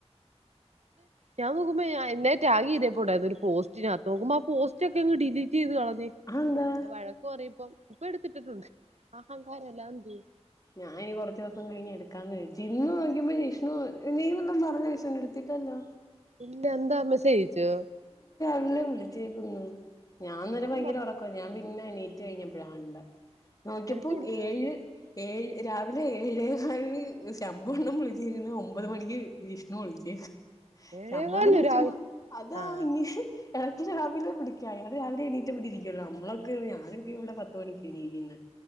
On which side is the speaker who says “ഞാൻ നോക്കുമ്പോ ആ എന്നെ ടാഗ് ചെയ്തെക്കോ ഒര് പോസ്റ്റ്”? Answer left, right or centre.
Right